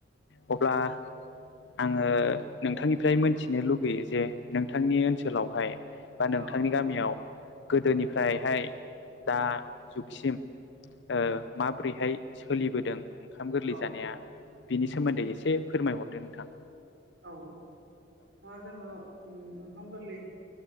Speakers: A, on the left; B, on the right.
A: अब्ला आङो नोंथांनिफ्राय मोनथिनो लुगैयो जे नोंथांनि ओनसोलावहाय बा नोंथांनि
B: औ
A: गामियाव गोदोनिफ्रायहाय
B: औ
A: दा जुगसिम ओ माब्रैहाय सोलिबोदों ओंखाम गोर
B: औ
A: जानाया बिनि सोमोन्दै एसे फोरमायहरदो नोंथां।
B: औ ओ जोङो ओ ओंखाम गोरलै